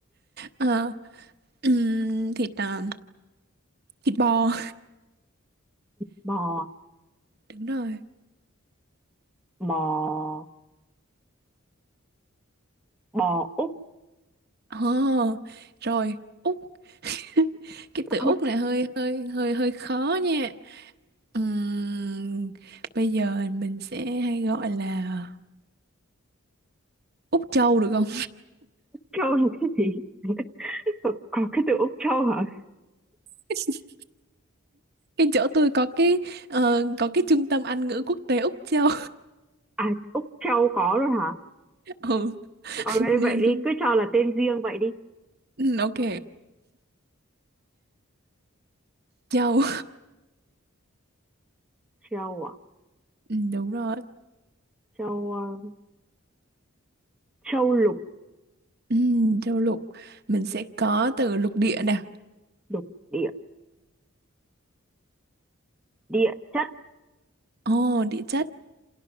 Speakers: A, on the right; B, in the centre.
A: Ờ, ừm, thịt à, thịt bò
B: bò
A: đúng rồi
B: bò bò Úc
A: oh, rồi Úc <laughs> cái
B: <laughs>
A: từ Úc này hơi hơi hơi hơi khó nha Ừm, bây giờ mình sẽ hay gọi là Úc Châu được không
B: Châu là cái gì <laughs> có, có cái từ Úc Châu hả
A: <laughs> cái chỗ tôi có cái ờ, có cái trung tâm Anh ngữ quốc tế Úc Châu
B: à Úc Châu có rồi hả
A: <laughs> ừ
B: ờ
A: <laughs>
B: thế
A: nên
B: vậy
A: là
B: đi
A: tôi
B: cứ cho là tên riêng vậy đi
A: ừ, ok châu
B: Châu à
A: ừ, đúng rồi
B: Châu ờ, Châu lục
A: ừ, châu lục mình sẽ có từ lục địa nè
B: lục địa địa chất
A: ồ địa chất